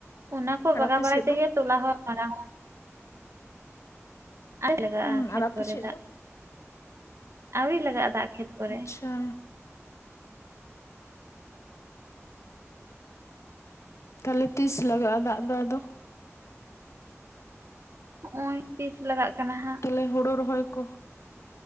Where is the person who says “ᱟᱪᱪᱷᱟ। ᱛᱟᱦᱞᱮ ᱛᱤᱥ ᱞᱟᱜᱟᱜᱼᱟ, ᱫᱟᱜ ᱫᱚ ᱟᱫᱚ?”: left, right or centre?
Left